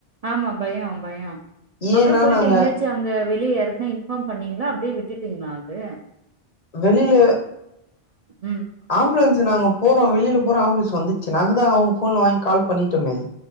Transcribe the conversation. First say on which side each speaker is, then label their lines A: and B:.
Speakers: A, on the right (about 50°); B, on the left (about 45°).
A: ஆமா பயோ பயோ அப்றோ
B: ஏன்னா
A: போயிட்டு
B: நாங்க
A: எங்கயாச்சு அங்க வெளியே யாருக்குன்னா இன்ஃபார்ம் பண்ணீங்களா அப்டியே விட்டுட்டிங்ளா ஏ
B: வெளியில
A: ம்.
B: ஆம்புலன்ஸு நாங்க போறோ வெளியில போறோ ஆம்புலன்ஸு வந்துச்சு சரி நாங்க தா அவுங்க ஃபோன வாங்கி கால் பண்ணிட்டோமே